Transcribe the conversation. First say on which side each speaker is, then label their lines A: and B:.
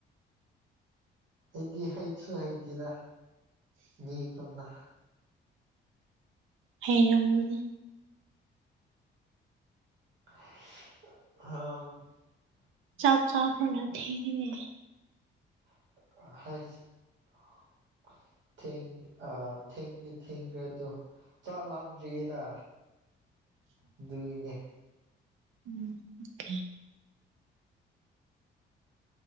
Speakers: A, on the right; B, on the right.
A: ꯑꯩꯗꯤ ꯍꯩꯁꯨ ꯍꯩꯇꯦꯗ ꯃꯤ ꯄꯨꯟꯕ
B: ꯍꯩꯔꯝꯒꯅꯤ
A: <unintelligible>
B: ꯆꯥꯛ ꯆꯥꯛꯄꯅ ꯊꯦꯡꯉꯤꯅꯦ
A: <unintelligible> ꯊꯦꯡ ꯑ ꯊꯦꯡꯗꯤ ꯊꯦꯡꯒꯔꯦ ꯑꯗꯨ ꯆꯥꯛ ꯂꯥꯝꯗ꯭ꯔꯤꯌꯦꯗ ꯑꯗꯨꯒꯤꯅꯦ
B: <unintelligible>